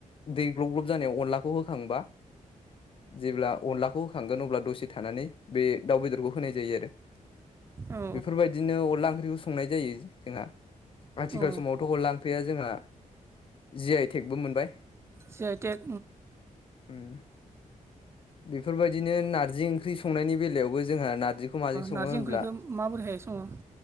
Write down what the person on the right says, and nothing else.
औ
औ
जि आइ टेक
नारजि
ओंख्रिखौ माबोरैहाय सङो